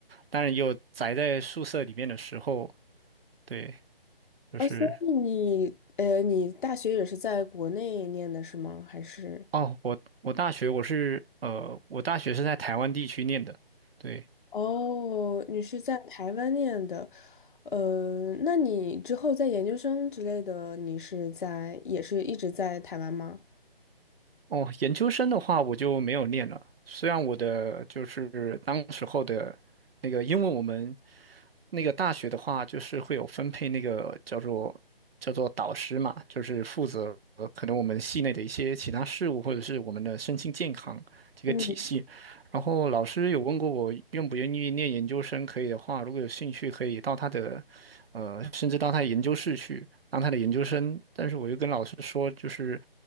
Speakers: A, on the right; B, on the left.
A: 当然也有宅在宿舍里面的时候，对，就是
B: 啊，所以你呃，你大学也是在国内念的是吗？还是？
A: 哦，我我大学我是呃，我大学是在台湾地区念的，对。
B: 哦，你是在台湾念的，呃，那你之后在研究生之类的，你是在也是一直在台湾吗？
A: 哦，研究生的话我就没有念了。虽然我的就是当时候的那个，因为我们那个大学的话，就是会有分配那个叫做叫做导师嘛，就是负责可能我们系内的一些其他事务，或者是我们的身心健康这个体系。
B: 嗯，
A: 然后老师有问过我愿不愿意念研究生，可以的话，如果有兴趣，可以到他的呃，甚至到他的研究室去当他的研究生。但是我就跟老师说，就是。